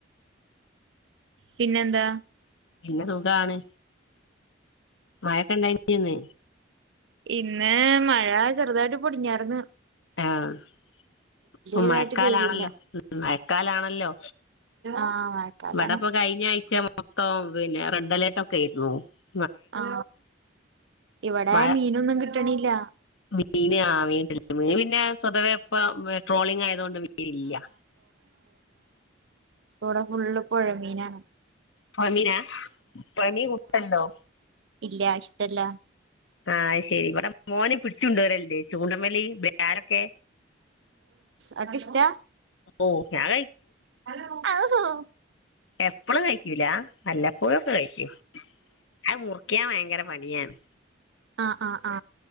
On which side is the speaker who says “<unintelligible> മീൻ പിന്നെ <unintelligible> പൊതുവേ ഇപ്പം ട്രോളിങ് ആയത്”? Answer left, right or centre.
Left